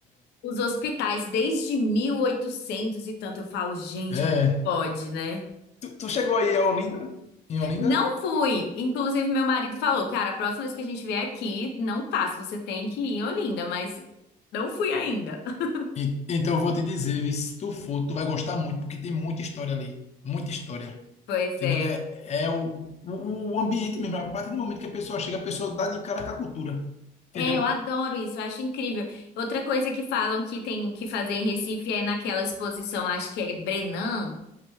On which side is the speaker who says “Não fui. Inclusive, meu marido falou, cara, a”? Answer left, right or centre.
Left